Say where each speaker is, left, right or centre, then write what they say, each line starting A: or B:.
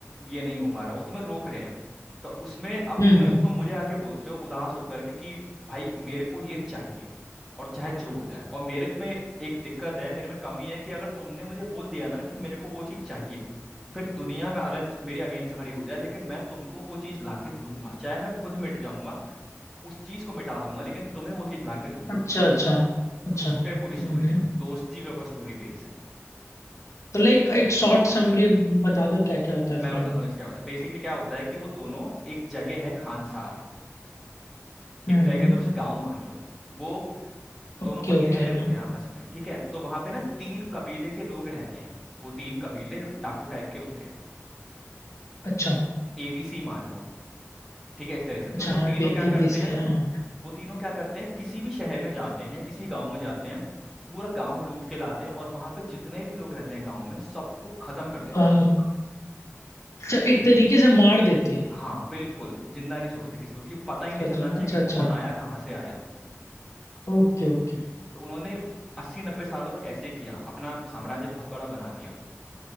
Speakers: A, in the centre; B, on the left (about 80°).
A: ये नहीं हो पा रहा वो तुम्हें रोक रहे हैं तो उसमें अब
B: हम्म
A: तुम्हें
B: हम्म
A: तुम मुझे आके बोलते हो उदास होकर के कि भाई मेरे को ये चाहिए और चाहे जो हो जाए और मेरे में एक दिक्कत है मेरे में कमी है कि अगर तुमने मुझे बोल दिया ना कि मेरे को वो चीज़ चाहिए फिर दुनिया का अगर मेरे अगेंस्ट खड़ी हो जाए लेकिन मैं तुमको वो चीज लाके दूंगा चाहे मैं खुद मिट जाऊंगा उस चीज को मिटा दूंगा लेकिन तुम्हें वो चीज लाके दूंगा
B: अच्छा
A: तुम
B: अच्छा अच्छा
A: तो उस पे पूरी स्टोरी
B: हम्म हम्म
A: है दोस्ती के ऊपर स्टोरी बेस है
B: तो लाइक एक शॉर्ट समरी बता दो क्या क्या होता है
A: मैं
B: फिल्म
A: बताता
B: में
A: हूँ इसका क्या होता है बेसिकली क्या होता है कि वो दोनों एक जगह है खानसार एक
B: हम्म
A: तरह
B: हम्म
A: के तुम उसे गाँव मान लो वो
B: ओके
A: दोनों वहीं
B: ओके
A: रह रहे होते
B: हाँ
A: हैं आपस में ठीक है तो वहां पे ना तीन कबीले के लोग रहते हैं वो तीन कबीले डाकू टाइप के होते हैं
B: अच्छा
A: एबीसी मान लो ठीक है इस तरह से तो
B: अच्छा
A: वो
B: हाँ
A: तीनों
B: बेबी
A: क्या
B: बेबी
A: करते हैं
B: हाँ
A: वो तीनों क्या करते हैं किसी भी शहर में जाते हैं किसी गांव में जाते हैं पूरा गांव लूट के लाते हैं और वहां पे जितने भी लोग रहते हैं गांव में सबको खत्म कर देते
B: हाँ
A: हैं
B: अच्छा एक तरीके से मार देते हैं
A: हाँ बिल्कुल जिंदा नहीं छोड़ते किसी को क्योंकि पता ही
B: अच्छा
A: नहीं चलना
B: अच्छा
A: चाहिए
B: अच्छा
A: कि
B: अच्छा
A: कौन आया कहाँ से आया
B: Okay okay
A: तो उन्होंने अस्सी नब्बे सालों तक ऐसे ही किया अपना साम्राज्य बहुत बड़ा बना दिया